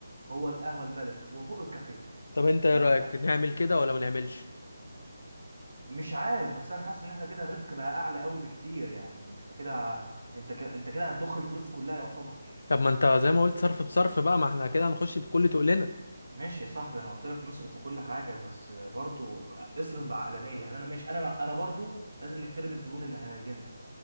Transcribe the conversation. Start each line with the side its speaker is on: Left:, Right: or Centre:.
Right: هو القهوه البلدي وفوق الكافيه
Left: طب انت ايه
Right: لو
Left: رايك
Right: انت
Left: نعمل كده ولا ما نعملش
Right: مش عارف بس انا حاسس ان احنا كده الريسك بقى اعلى قوي بكتير يعني احنا كده انت كده انت كده هتضخ الفلوس كلها يعتبر
Left: طب ما انت زي ما قلت صرف بصرف بقى ما احنا كده هنخش بكل تقلنا
Right: ماشي يا صاحبي انا قلت لك نصرف في كل حاجه بس برضو اصرف بعقلانيه يعني انا ماشي انا انا برضو لازم نحترم الزبون اللي هيجي لنا